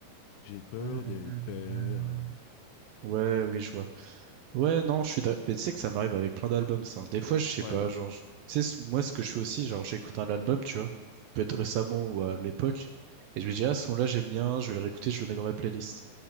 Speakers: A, on the left (about 85°); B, on the right (about 75°).
A: J'ai peur
B: Nananana.
A: d'être père. euh.
B: Ouais, oui, je vois. Ouais, non, je suis d'ac- Mais tu sais que ça m'arrive avec plein d'albums, ça. hein. Des fois, je sais
A: Ouais.
B: pas, genre, je- tu sais, sou- moi, ce que je fais aussi, genre, j'écoute un album, tu vois, peut-être récemment ou à l'époque, et je me dis, ah, ce son-là, j'aime bien, je vais le réécouter, je le mets dans ma playlist.